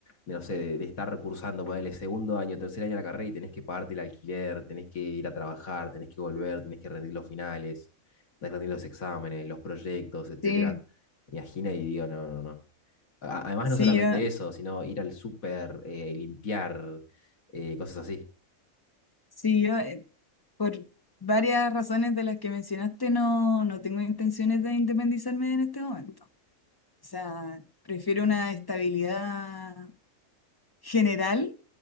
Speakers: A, on the left; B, on the left.
A: de, no sé, de, de estar cursando, ponerle segundo año, tercer año de la carrera y tenés que pagarte el alquiler, tenés que ir a trabajar, tenés que volver, tenés que rendir los finales, tenés que rendir los exámenes, los proyectos, etcétera.
B: Sí,
A: Me Imagino y digo, no, no, no. A- Además,
B: sí,
A: no solamente
B: yo,
A: eso, sino ir al súper, eh, limpiar, eh, cosas así.
B: sí, yo. eh, Por varias razones de las que mencionaste, no, no tengo intenciones de independizarme en este momento. O sea, prefiero una estabilidad general